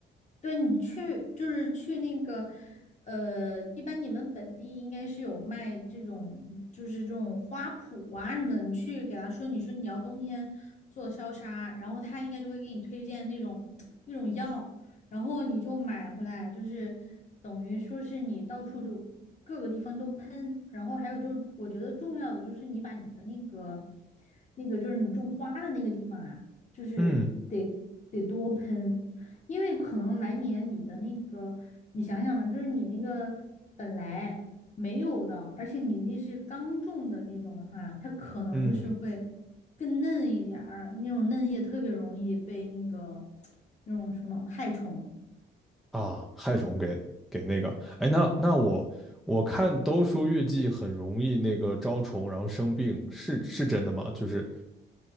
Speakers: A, on the left; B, in the centre.
A: 对你去就是去那个，呃，一般你们本地应该是有卖这种，就是这种花圃啊什么的。你去给他说，你说你要冬天做消杀，然后他应该就会给你推荐那种 <tsk> 那种药，然后你就买回来，就是等于说是你到处就各个地方都喷。然后还有就是，我觉得重要的就是你把你的那个那个就是你种花的那个地方啊，就是得得多喷。
B: 嗯
A: 因为可能来年你的那个，你想想吧，就是你那个本来没有的，而且你那是刚种的那种的话，它可能就是会
B: 嗯。
A: 更嫩一点儿，那种嫩叶特别容易被那个那种什么害虫。
B: 啊，害虫给给那个，哎，那那我我看都说月季很容易那个招虫，然后生病，是是真的吗？就是